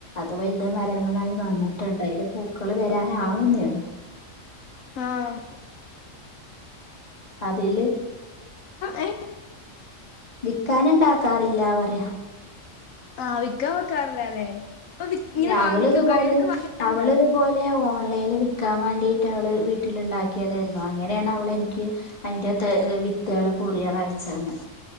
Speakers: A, on the left; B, on the left.
A: ത് വൽത് മരങ്ങളായ് ട്ടുണ്ട് അയില് പൂക്കള് വരാനാവുന്നേള്ളു
B: ആ
A: അതില്
B: ഏഹ്
A: വിക്കാനെണ്ടാക്കാറില്ല പറയ
B: ആ വിക്കാ വെക്കാറില്ലാല്ലേ അപ്പൊ ഇങ്ങനെ
A: രാവള്
B: വാങ്ങിക്കോ
A: ഇതുപോലെ
B: കടയിലൊക്കെ വാങ്ങിക്കാറുണ്ടോ
A: അവള് ഇതുപോലെഓ ഓൺലൈനിൽ വിക്കാൻ വേണ്ടിട്ട് അവള് വീട്ടില ഇണ്ടാക്കിയതായിരുന്നു അങ്ങനെയാണ് അവളെനിക്ക് അതിന്റെ ത് വിത്തുകള് കുറിയാറാഴ്ചന്ന്